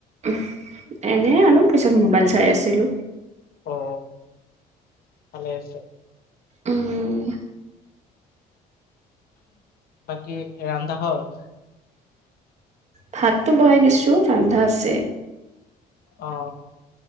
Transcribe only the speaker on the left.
অ ভালে হৈছে
বাকী ৰান্ধা হল?
অ